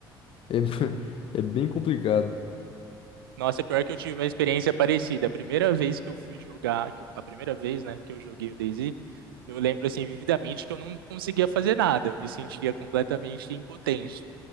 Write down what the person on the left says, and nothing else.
É, <laughs> é bem complicado.